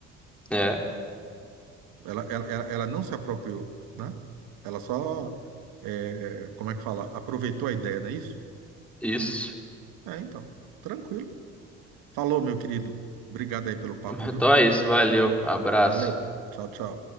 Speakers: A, in the centre; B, on the right (about 70°).
A: É,
B: Ela, ela, ela ela não se apropriou, né? Ela só, é, como é que fala? Aproveitou a ideia, não é isso?
A: isso. <laughs>
B: É, então, tranquilo. Falou, meu querido. Obrigado aí pelo papo,
A: Então
B: viu?
A: é isso, valeu, abraço.
B: Valeu. Tchau, tchau.